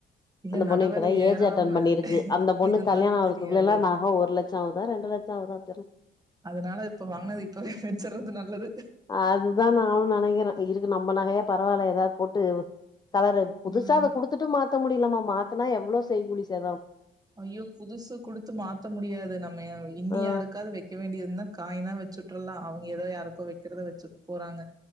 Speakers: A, on the right; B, on the left.
A: இல்ல
B: அந்த
A: நக
B: பொண்ணு இப்பதான்
A: வெல
B: ஏஜ்
A: ஏறாம
B: அட்டன் பண்ணிருக்கு அந்த பொண்ணு
A: இருந்தா
B: கல்யாணம் ஆறதுக்குள்ள
A: தெரியாது
B: எல்லாம் நக ஒரு லட்சம் ஆகு தா ரெண்டு லட்சம் ஆகுதா தெரில
A: அதனால இப்ப வாங்கினது இப்பவே செஞ்சறது நல்லது
B: அதுதான் நானும் நினைக்கிறேன் இருக்கு நம்ம நகையா பரவாயில்ல ஏதாவது போட்டு கலரு புதுசாதை
A: ம்
B: குடுத்துட்டு மாத்த முடியலாமமா மாத்தனா எவ்வளவு செய்கூலி சே
A: ஐ்யோ புதுசு குடுத்து மாத்த முடியாது நம்ம இன்னியாருக்காவது
B: ஆ
A: வைக்க வேண்டியது என்ன காய்னா வச்சுட்டுரலாம் அவங்க ஏதோ யார்கோ வைக்கிறத வச்சுட்டு போறாங்க